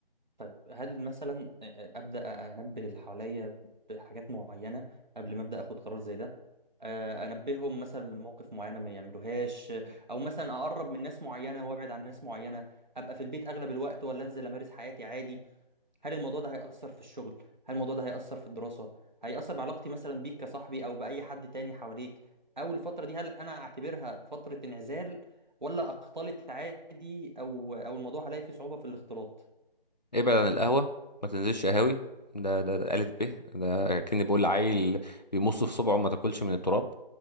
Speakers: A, on the right; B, on the left.
A: طيب هل مثلا ابدا انبه اللي حواليا بحاجات معينه قبل ما ابدا اخد قرار زي ده آه، انبههم مثلا لمواقف معينه ما يعملوهاش او مثلا اقرب من ناس معينه وابعد عن ناس معينه ابقى في البيت اغلب الوقت ولا انزل امارس حياتي عادي هل الموضوع ده هيأثر في الشغل هل الموضوع ده هيأثر في الدراسة هيأثر بعلاقتي مثلا بيك كصاحبي او بأي حد تاني حواليك او الفترة دي هل انا اعتبرها فترة انعزال ولا اختلط عادي او او الموضوع هلاقي فيه صعوبة في الاختلاط
B: ابعد عن القهوة ما تنزلش قهاوي ده ده, ده ألف ب ده كأني بقول لعيل بيمص في صبعه ما تاكلش من التراب